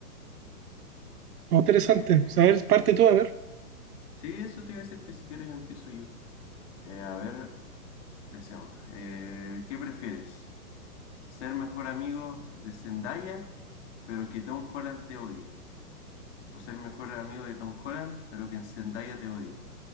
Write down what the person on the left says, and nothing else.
Si quieres.
Sí, eso te iba a decir que si quieres empiezo yo. Eh, a ver, empecemos. Eh, ¿qué prefieres? ¿Ser mejor amigo de Zendaya, pero que Tom Holland te odie? ¿O ser mejor amigo de Tom Holland, pero que Zendaya te odie?